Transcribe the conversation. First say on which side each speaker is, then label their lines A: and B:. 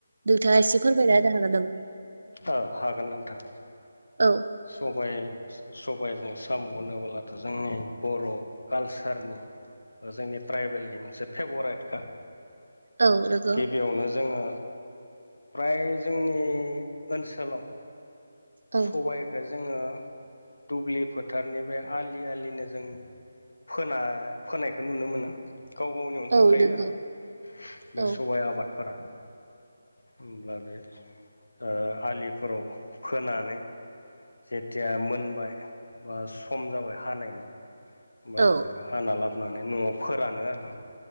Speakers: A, on the right (about 60°); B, on the left (about 75°).
A: नोंथाङा एसे फोरमायना होनो हागोन नामा?
B: ओ हागोन नोंथां।
A: औ।
B: सबाय सबायजों साम' होनोबोलाथ' जोंनि बर' कालसारनि ओ जोंनि ट्राइबेलनि मोनसे फेभरेटखा
A: औ नो
B: गिबियावनो जोङो फ्राय जोंनि ओनसोलाव
A: औ
B: सबायखो जोङो दुब्लि फोथारनि बे आलि आलिनो जों फोनाय फोनायखौ नुनो मोनो। गाव गावनियावनो थाखायो
A: औ नंगौ
B: आरो बे
A: औ
B: सबाय आबादफोरा। होमब्ला बे ओ आलिफोराव खोनानै जेथिया मोनबाय बा सम जाबाय हानायनि होमबाना
A: औ
B: बेखौ हाना लाबोनानै न'आव फोरानो आरो